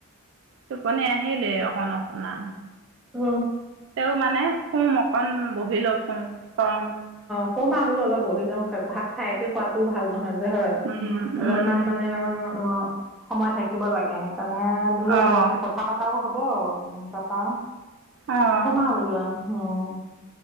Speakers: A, on the right (about 60°); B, in the centre.
A: টোপনি আহিলেই অকণ অকন আও,
B: অ
A: তেওঁ মানে। শুম অকণ বহি লওঁক চোন
B: শুম আৰু বোলো অলপ বহি লওঁ, ভাত খায়কে শুৱাটো ভাল নহয় যে হয়।
A: উম,
B: অলপমান
A: উম,
B: মানে অ' অ'। সময় থাকিব লাগে, সেইকাৰণে বোলো
A: অ',
B: অলপ কথা পতাও হব তাপা।
A: অ',
B: শুম আও বোলো আও, উম,